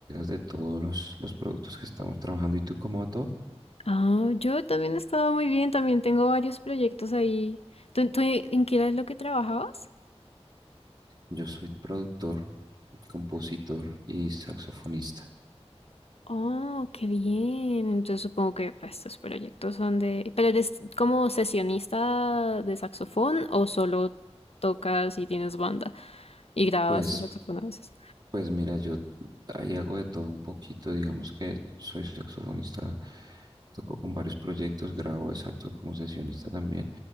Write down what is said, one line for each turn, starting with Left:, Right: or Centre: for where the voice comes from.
Right: de todos los, los productos que estamos trabajando. ¿Y tú cómo va todo?
Left: Ah, yo también he estado muy bien, también tengo varios proyectos ahí. ¿Tú, tú en qué era lo que trabajabas?
Right: Yo soy productor, compositor y saxofonista.
Left: Oh, qué bien. Entonces supongo que pues, estos proyectos son de... ¿Pero eres como sesionista de saxofón o solo tocas y tienes banda y grabas
Right: Pues
Left: tu saxofón a veces?
Right: Pues mira, yo ahí hago de todo un poquito, digamos que soy saxofonista, toco con varios proyectos, grabo exacto como sesionista también